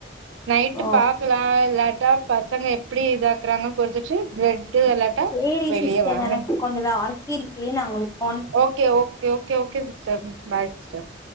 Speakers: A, on the right; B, on the left.
A: நைட்டு
B: ஓ
A: பாக்கலா இல்லாட்டா பசங்க எப்டி இதாக்குறாங்கன்னு பொறுத்துச்சு ப்ரெட்டு இல்லாட்டா
B: சேரி
A: வெளிய
B: சிஸ்டர்
A: வாங்கனு
B: எனக்கு கொஞ்சோ வே அர்க்கிருக்கு நா ஒங்களுக்
A: okay okay okay okay sister bye sister